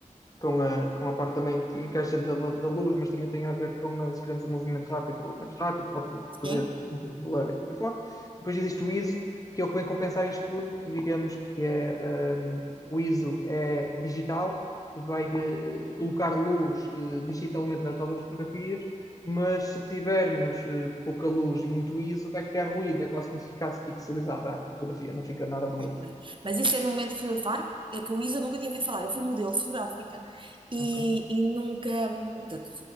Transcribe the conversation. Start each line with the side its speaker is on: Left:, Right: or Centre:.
Left: com a, com a parte também que encaixa da, da luz, mas também tem a ver com a, se queremos um movimento rápido ou menos rápido, pode fazer
Right: sim.
Left: um pouco de blur e por aí fora. E depois existe o ISO, que é o que vem compensar isto tudo, que digamos que é um, o ISO é digital, vai uh, colocar luz uh, digitalmente nas nossas fotografias, mas se tivermos uh, pouca luz e muito ISO, vai criar ruído, é quase como se ficasse pixelizada a fotografia, não fica nada bonito.
Right: Ok. Mas isso é no momento fotográfico, é que o Isa nunca tinha ouvido falar. Eu fui modelo fotográfica e,
Left: Ok?
Right: e nunca. hum, portanto,